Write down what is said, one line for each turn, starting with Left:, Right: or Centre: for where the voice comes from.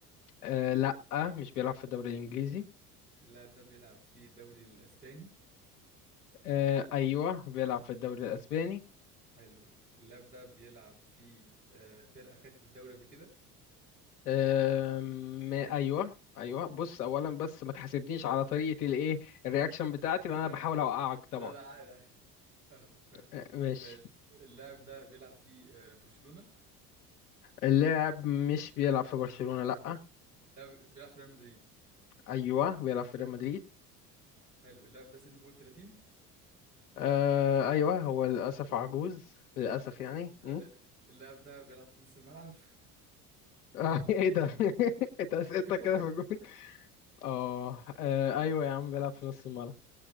Left: آه لا مش بيلعب في الدوري الإنجليزي
Right: اللاعب ده بيلعب في الدوري الأسباني
Left: آه أيوه بيلعب في الدوري الأسباني
Right: حلو اللاعب ده بيلعب في آه، فرقة خدت الدوري قبل كده
Left: آه أيوه أيوه بص أولا بس ما تحاسبنيش على طريقة الإيه الرياكشن بتاعتي لأن
Right: لا
Left: أنا بحاول أوقعك طبعا
Right: لا لا عادي عادي. فاهمك فاهم
Left: آه ماشي
Right: ماشي اللاعب ده بيلعب في آه، برشلونة
Left: اللاعب مش بيلعب في برشلونة لا
Right: لاعب- بيلعب في ريال مدريد
Left: أيوه بيلعب في ريال مدريد
Right: حلو اللاعب ده سنه فوق ال 30
Left: آه أيوه هو للأسف عجوز للأسف يعني
Right: آه،
Left: م?
Right: اللاعب ده بيلعب في نص الملعب
Left: آه <laughs> إيه ده <laughs> أنت أسئلتك
Right: <laughs>
Left: كده في الجون آه آه، أيوه يا عم بيلعب في نص الملعب